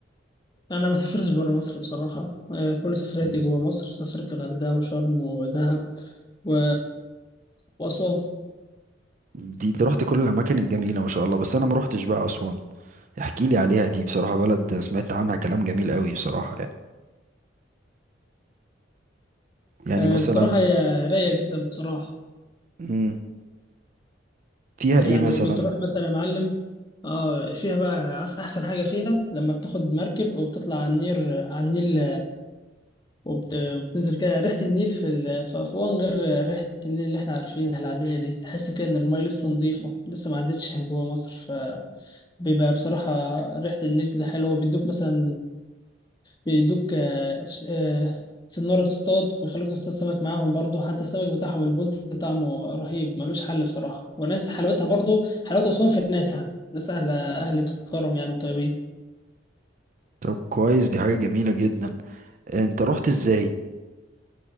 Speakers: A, on the left; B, on the right.
A: انا ما سافرتش بره مصر بصراحة آه، كل سفرياتي
B: مم.
A: جوه مصر سافرت الغردقة وشرم ودهب و... وأسوان
B: دي انت رحت كل الاماكن الجميلة ما شاء الله بس انا ما رحتش بقى اسوان احكي لي عليها دي بصراحة بلد سمعت عنها كلام جميل قوي بصراحة يعني
A: آه،
B: مثلا
A: بصراحة هي رايقة جدا بصراحة
B: مم، فيها
A: يعني
B: ايه مثلا
A: بتروح مثلا يا معلم اه فيها بقى أحسن حاجة فيها لما بتاخد مركب وبتطلع على النيل على النيل وبت- وبتنزل كده ريحة النيل في ال- في أسوان غير ريحة النيل اللي احنا عارفينها العادية دي تحس كده إن المية لسه نظيفة لسه ما عدتش جوا مصر فبيبقى بصراحة ريحة النيل كده حلوة وبيدوك مثلا بيدوك آه، ش- آه، سنارة تصطاد وبيخلوك تصطاد سمك معاهم برضو حتى السمك بتاعهم البولت طعمه رهيب ملوش حل بصراحة وناس حلاوتها برضو حلاوة أسوان في ناسها ناس أهل أهل كرم يعني وطيبين
B: طب كويس دي حاجة جميلة جدا انت رحت ازاي